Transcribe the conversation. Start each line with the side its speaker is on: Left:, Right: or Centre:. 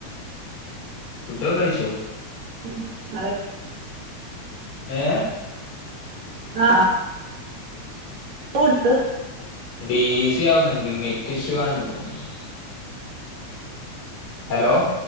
Left: ഫുഡൊക്കെകയിച്ചോ
Right: ഉം ആള്
Left: ഏഹ്
Right: <unintelligible> കൊടുത്ത്
Left: ഡീസി ആവുന്നുണ്ട് നെറ്റ് ഇഷ്യൂ ആണെന്ന് തോന്നുന്നു ഹലോ